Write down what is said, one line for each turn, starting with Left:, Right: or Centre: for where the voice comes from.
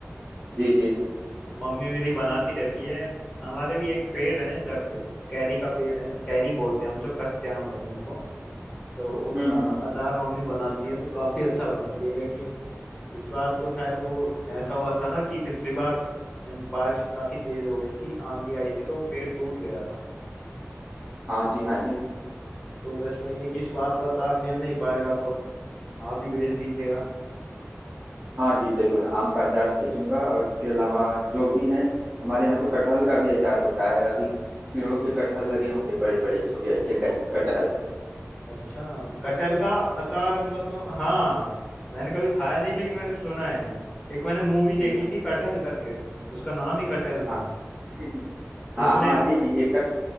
Right: जी जी
Centre: मम्मी मेरी बनाती रहती है हमारे भी एक पेड़ है घर पे कैरी का पेड़ है कैरी बोलते हैं हम जो कच्चे आम होते हैं उनको तो उनका
Right: हम्म हम्म हम्म
Centre: अचार मम्मी बनाती है तो काफी अच्छा बनाती है लेकिन इस बार तो शायद वो ऐसा हुआ था ना कि पिछली बार बारिश काफी तेज हो गई थी आंधी आई थी तो पेड़ टूट गया था
Right: हाँ जी हाँ जी
Centre: तो बस वही है कि इस बार तो अचार मिल नहीं पाएगा तो आप ही भेज दीजिएगा
Right: हाँ जी जरूर आम का अचार भेजूंगा और उसके अलावा जो भी है हमारे यहाँ तो कटहल का भी अचार होता है अभी पेड़ों पे कटहल लगे होंगे बड़े बड़े छोटे अच्छे कट, कटहल
Centre: अच्छा कटहल का अचार मतलब हाँ मैंने कभी खाया नहीं लेकिन मैंने सुना है एक मैंने मूवी देखी
Right: जी हाँ
Centre: थी कटहल करके उसका नाम ही कटहल था
Right: हाँ <laughs>
Centre: उसमें
Right: हाँ हाँ जी जी एक कट,